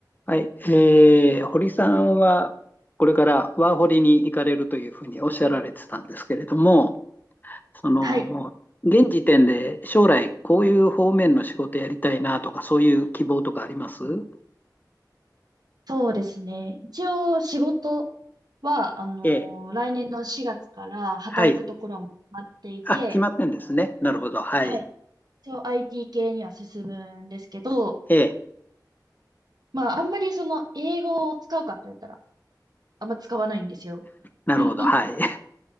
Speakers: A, on the left; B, on the right.
A: はい。えー、堀さんは、これからワーホリに行かれるというふうにおっしゃられてたんですけれども、その、
B: はい。
A: 現時点で将来こういう方面の仕事やりたいなとか、そういう希望とかあります
B: うんそうですね。一応仕事は、あのー来年の4月から働くところはもう決まっていて、
A: ええ。はい。あ、決まってんですね。なるほど。はい。
B: はい。一応 IT 系には進むんですけど、
A: ええ。
B: まあ、あんまりその英語を使うかって言ったら、あんま使わないんですよ。
A: なるほど。
B: <laughs>
A: はい。<laughs>